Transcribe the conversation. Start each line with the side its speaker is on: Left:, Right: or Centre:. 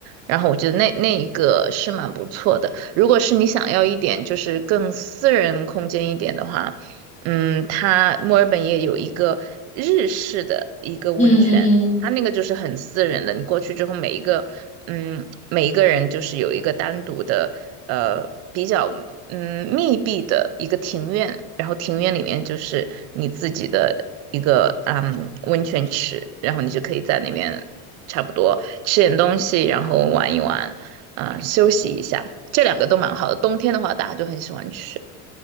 Right: 然后我觉得那那一个是蛮不错的。如果是你想要一点就是更私人空间一点的话，嗯，它墨尔本也有一个日式的一个温泉。
Left: 嗯嗯嗯。
Right: 他那个就是很私人的，你过去之后，每一个，嗯，每一个人就是有一个单独的，呃，比较嗯密闭的一个庭院，然后庭院里面就是你自己的一个嗯温泉池，然后你就可以在那边差不多吃点东西，然后玩一玩，嗯、休息一下，这两个都蛮好的。冬天的话，大家就很喜欢去。